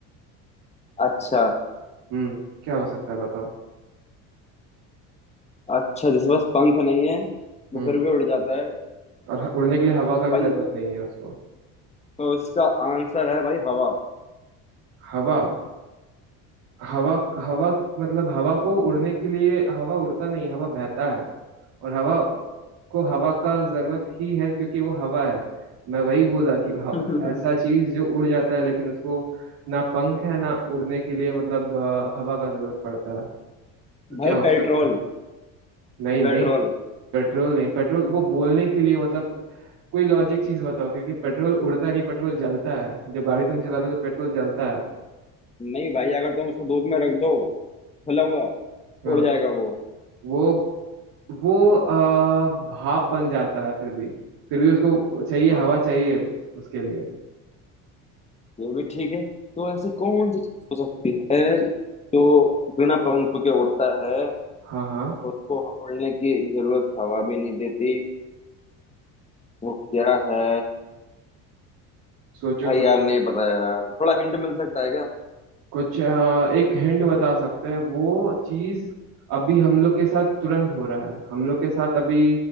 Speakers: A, on the left; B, on the right.
A: अच्छा
B: हम्म क्या हो सकता है बताओ
A: अच्छा जैसे बस पंख नहीं है
B: हम्म
A: वो फिर भी उड़ जाता है
B: और ह- उड़ने के लिए हवा का भी
A: भाई
B: जरूरत नहीं है उसको
A: तो इसका आंसर है भाई हवा
B: हवा हवा हवा मतलब हवा को उड़ने के लिए हवा उड़ता नहीं हवा बहता है और हवा को हवा का जरूरत ही है क्योंकि वो हवा है मैं वही बोला कि हव-
A: हम्म
B: ऐसा चीज जो उड़ जाता है लेकिन उसको ना पंख है ना उड़ने के लिए मतलब अ, हवा का जरूरत पड़ता है
A: <laughs>
B: तो
A: भाई
B: क्या हो
A: पेट्रोल
B: सकता है नहीं नहीं
A: पेट्रोल
B: पेट्रोल नहीं पेट्रोल वो बोलने के लिए मतलब कोई लॉजिक चीज बताओ क्योंकि पेट्रोल उड़ता नहीं पेट्रोल जलता है जब गाड़ी तुम चलाते हो तो पेट्रोल जलता है
A: नहीं भाई अगर तुम उसको धूप में रख दो खुला हुआ
B: हाँ
A: उड़ जाएगा वो
B: वो वो आ, भाप बन जाता है फिर भी फिर भी उसको चाहिए
A: हाँ
B: हवा चाहिए उसके लिए
A: ये भी ठीक है तो ऐसी कौन सी चीज हो सकती है जो बिना पंख के उड़ता है
B: हाँ हाँ
A: उसको उड़ने की जरूरत हवा भी नहीं देती वो क्या है
B: सोचो
A: भाई
B: सोचो
A: यार नहीं पता यार थोड़ा हिंट मिल सकता है क्या
B: कुछ अ, एक हिंट बता सकते हैं वो चीज अभी हम लोग के साथ तुरंत हो रहा है हम लोग के साथ अभी